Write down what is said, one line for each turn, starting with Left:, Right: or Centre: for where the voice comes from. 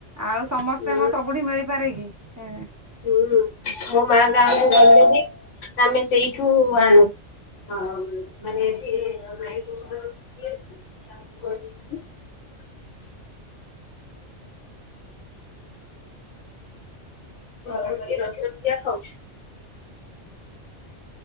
Right: ଆଉ ସମସ୍ତେ
Left: ହୁଁ
Right: କଁ ସବୁଠି ମିଳି ପାରେକି ହୁଁ।
Left: ହୁଁ ମୋ ମା ଗାଁକୁ ଗଲେବି ଆମେ ସେଇଠୁ ଆଣୁ। ଆଉ ମାନେ
Right: ହଁ
Left: ଏଠି
Right: ହଁ।
Left: ମାଇଁ ବୋଉ ଘରକୁ ନେଇ ଆସୁ ତାକୁ କରିକି <unintelligible> <unintelligible> କରି ରଖି ରଖିବା ଖାଉଛି।